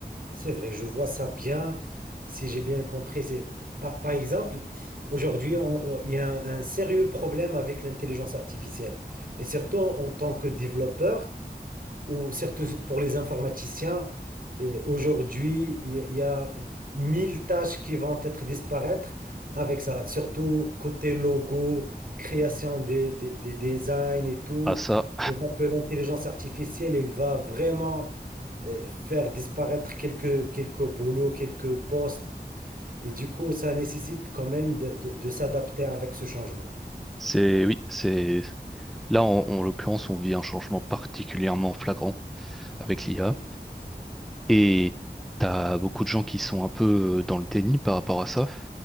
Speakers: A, on the right; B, in the centre.
A: c'est vrai, je vois ça bien. Si j'ai bien compris, c'est par, par exemple, aujourd'hui, on- on- il y a un, un sérieux problème avec l'intelligence artificielle. Et surtout en tant que développeur. ou surtout pour les informaticiens, euh, aujourd'hui, il y il y a mille tâches qui vont être disparaître avec ça, surtout côté logo, création des, des- des designs et tout.
B: Ah ça,
A: Je vois que l'intelligence artificielle, elle va vraiment euh, faire disparaître quelques, quelques boulots, quelques postes. Et du coup, ça nécessite quand même de, de- de s'adapter avec ce changement.
B: c'est, oui, c'est, là, en, en l'occurrence, on vit un changement particulièrement flagrant avec l'IA
A: C'est
B: et t'as beaucoup de gens qui sont un peu euh, dans le déni par rapport à ça.